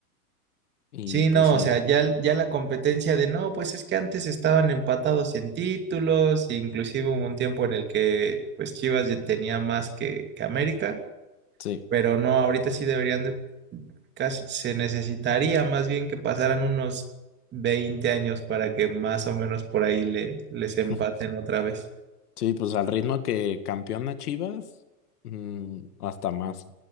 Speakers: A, on the left; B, on the right.
A: y
B: Sí,
A: pues
B: no,
A: sí,
B: o sea, ya, ya la competencia de no, pues es que antes estaban empatados en títulos, e inclusive hubo un tiempo en el que pues Chivas ya tenía más que, que América,
A: sí.
B: pero no, ahorita sí deberían de- casi se necesitaría más bien que pasaran unos 20 años para que más o menos por ahí le, les empaten
A: <laughs>
B: otra vez.
A: Sí, pues al ritmo que campeona Chivas, mm, hasta más.